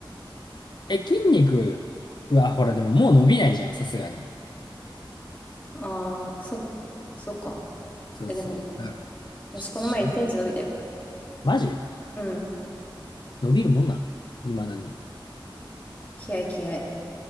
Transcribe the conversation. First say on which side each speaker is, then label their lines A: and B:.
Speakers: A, on the left; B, on the left.
A: え、筋肉は、ほら、でももう伸びないじゃん、さすがに。
B: ああー、そ、そっか。
A: そうそう。
B: え、でも、
A: だから、
B: よし、
A: ちょっとし、
B: この前1センチ伸びたよ。
A: マジ
B: うん。
A: 伸びるもんなの未だに。
B: 気合い気合い。